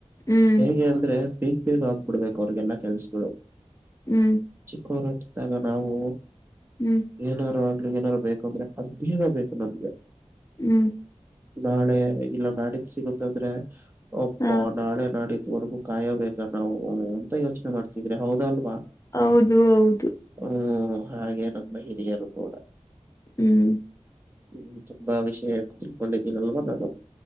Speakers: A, on the left; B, on the right.
A: ಹ್ಮ್
B: ಹೇಗೆ ಅಂದ್ರೆ ಬೇಗ ಬೇಗ ಆಗ್ಬಿಡ್ಬೇಕು ಅವ್ರಿಗೆಲ್ಲ ಕೆಲ್ಸಗಳು.
A: ಹ್ಮ್
B: ಚಿಕ್ಕವರಾಗಿದ್ದಾಗ ನಾವು.
A: ಹ್ಮ್
B: ಏನಾದಾರು ಆಗ್ಲಿ ಏನಾರು ಬೇಕು ಅಂದ್ರೆ ಅದು ಬೇಗ ಬೇಕು ನನ್ಗೆ.
A: ಹ್ಮ್
B: ನಾಳೆ ಇಲ್ಲ ನಾಡಿದ್ದ್ ಸಿಗುತ್ತ ಅಂದ್ರೆ ಯಪ್ಪೋ
A: ಹ
B: ನಾಳೆ ನಾಡಿದವರೆಗೂ. ಕಾಯಬೇಕಾ ನಾವು ಎಂತ ಯೋಚನೆ ಮಾಡ್ತಿದ್ರಿ ಹೌದ ಅಲ್ವಾ.
A: ಹೌದು ಹೌದು.
B: ಹ್ಮ ಹಾಗೆ ನಮ್ಮ ಹಿರಿಯರು ಕೂಡ.
A: ಹ್ಮ್
B: ಹ್ಮ್ ತುಂಬಾ ವಿಷಯ ತಿಳ್ಕೊಂಡಿದ್ದೀನಲ್ವಾ ನಾನು.